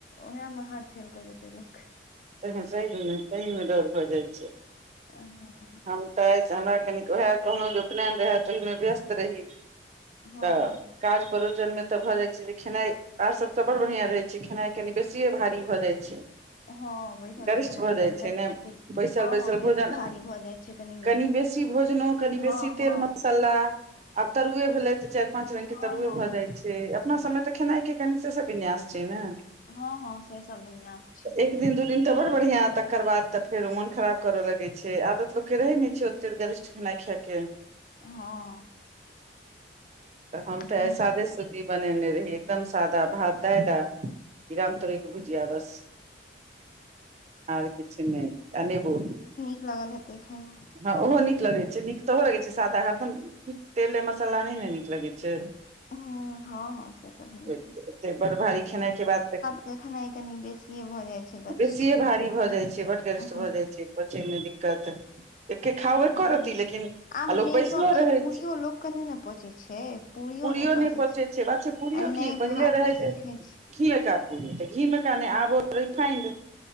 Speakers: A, on the left (about 45°); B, on the right (about 35°).
A: ओहए मे हार्ट फेल क जेतै लोक के
B: तऽ सही सही मे डर भऽ जाइ छै
A: ओ।
B: हम तऽ हमरा कनिक वएह कहलहुं जे उपनयन रहय त तहिमे व्यस्त रही
A: हँ
B: तऽ
A: हँ
B: काज परोजन मे तऽ भऽ जाइ छै, जे खेनाइ आर सभ तऽ बड़ बढ़िआँ रहै छै खेनाइ कनि बेसिए भारी भऽ जाइ छै।
A: हँ, बैसल
B: गरिष्ठ
A: बैसल,
B: भऽ
A: भोजन
B: जाइ
A: कनि
B: छै ने
A: बेसी
B: बैसल
A: हँ,
B: बैसल
A: हँ, बेसी
B: भोजन
A: भारी भऽ जाइ छै कनि।
B: कनि बेसी भोजनो, कनि
A: हँ
B: बेसी
A: हँ
B: तेल मसलऽ आब तरुए भेलै तऽ चारि पांच रंग
A: हँ
B: के तरुए
A: हँ
B: भऽ जाय छै। से अपना सभमे तऽ खेनाइ के कनि से सभ विन्यास छै ने
A: हँ हँ से सभ विन्यास छै।
B: तऽ एक दिन दू दिन तऽ बड़ बढ़िया तकर बाद तऽ फेरो मन खराब करऽ लगै छै आदत लोक के तऽ रहै नइ छै, ओते गरिष्ठ खेनाइ खायके
A: हँ।
B: हम
A: भयंकर
B: तऽ आइ सादे सुदी बनेने रहिए एकदम सादा भात दालि आ ई रामतोरइ के भुजिया बस आर किछु नहि आ नेबो
A: निक लागल हेतै खाय मे
B: हँ, ओहो निक लगै छै, निक तऽ ओहो लगै छै सादा हरदम तेले मसला नइ ने निक लगै छै
A: हूँ हँ हँ से तऽ भइए जाइ
B: ओते बड़ भारी खेनाई के बाद तऽ
A: खेनाई कनी बेसिये भऽ जाइ छै गरिष्ठ
B: बेसिए भारी भऽ जाइ छै, बड़ गरिष्ठ
A: हँ
B: भऽ जाइ छै पचयमे दिक्कत एके खाउ, एके
A: हँ
B: रती लेकिन।
A: आब
B: आ लोक
A: मेन
B: बैसलो
A: गप छै,
B: रहै
A: पूरियो लोक के नहि ने पचै छै, पूरीयो
B: पूरियो
A: नहि ना पचैइ
B: पचै
A: छै।
B: बात छै पुरियो
A: आ नहि
B: कि पहिले
A: भात
B: रहै
A: बेसी
B: छै।
A: खाइ
B: घी कऽ पूरी तऽ घी मे कऽ नहि आब रिफाइंड